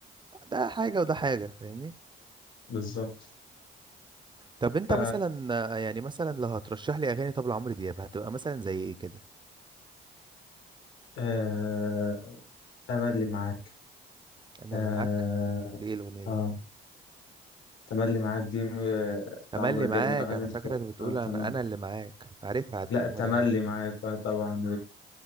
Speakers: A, on the right; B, on the left.
A: ده حاجه وده حاجه فاهمني
B: بالظبط
A: طب انت
B: ف
A: مثلا آه، يعني مثلا لو هترشح لي اغاني طب لعمرو دياب هتبقى مثلا زي ايه كده
B: آه... تملي معاك
A: انا
B: اه,
A: اللي معاك دي ايه الاغنيه دي
B: آه... تملي معاك دي آه،
A: تملي
B: لعمرو دياب
A: معاك
B: من الاغاني
A: انا
B: الك-
A: فاكرك بتقول
B: اه
A: انا
B: تمام
A: انا اللي معاك عارفها عارفها
B: لا
A: تملي
B: تملي
A: معاك
B: معاك اه طبعا